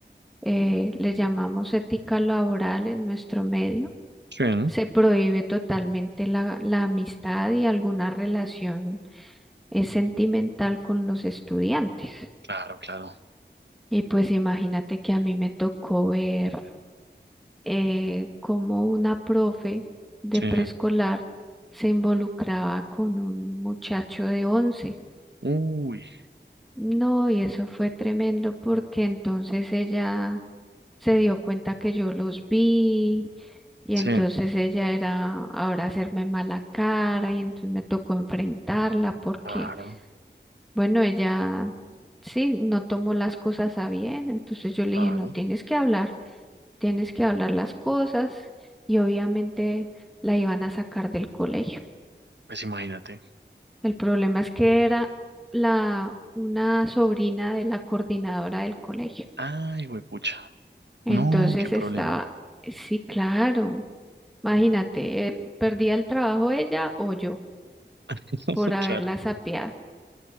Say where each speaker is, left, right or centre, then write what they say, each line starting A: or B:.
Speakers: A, in the centre; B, on the right.
A: eh, le llamamos ética laboral en nuestro medio.
B: sí, ¿no?
A: se prohíbe totalmente la, la amistad y alguna relación eh, sentimental con los estudiantes.
B: Claro, claro.
A: Y pues imagínate que a mí me tocó ver eh, cómo una profe de
B: Sí.
A: preescolar se involucraba con un muchacho de once
B: Uy,
A: No, y eso fue tremendo porque entonces ella se dio cuenta que yo los vi y
B: sí,
A: entonces ella era ahora hacerme mala cara y entonces me tocó enfrentarla porque,
B: claro,
A: bueno, ella sí, no tomó las cosas a bien, entonces yo le
B: claro.
A: dije, no tienes que hablar, tienes que hablar las cosas y obviamente la iban a sacar del colegio.
B: Pues imagínate.
A: El problema es que era la una sobrina de la coordinadora del colegio.
B: Ay, pucha.
A: Entonces
B: No, qué problema.
A: estaba, sí, claro. Imagínate, eh, perdía el trabajo ella o yo
B: <laughs>
A: por haberla
B: Claro,
A: sapeado.